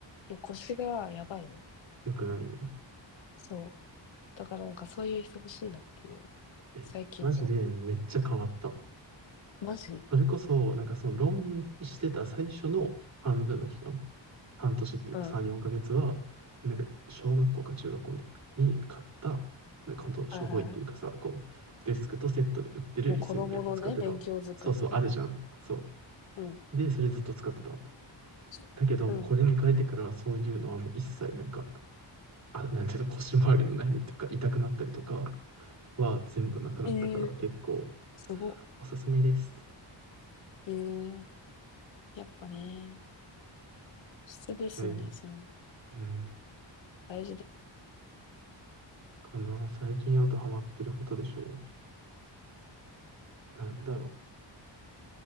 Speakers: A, on the left; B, on the right.
A: もう腰がやばいの。
B: よくないね。
A: そう。だからなんかそういう椅子欲しいなっていう、
B: え、
A: 最近の。
B: マジでめっちゃ変わった。
A: マジ
B: それこそ、なんかその浪人してた最初の半分の期間、半年っていうか3、
A: うん。
B: 4ヶ月は、なんか小学校か中学校の時に買った、なんかほんとしょぼいっていうかさ、
A: はいはいはい
B: こう、デスクとセットで売ってる椅子みたいなの使ってたの。
A: もう子供のね、勉強机みたいな。
B: そうそう、あるじゃん。そ
A: うん。
B: う。で、それずっと使ってたの。
A: <laughs>
B: だけど、
A: うん。
B: もうこれに変えてから、そういうのはもう一切なんか、あ、なんていうの、腰回りの悩みっていうか、痛くなったりとかは全部なくなったから、
A: ええー
B: 結構
A: すごっ。
B: おすすめです。
A: ええーやっぱね、質ですよね、
B: 大事。
A: そういうの。
B: うん。
A: 大事で。
B: かな。最近あとハマってることでしょう。なんだろ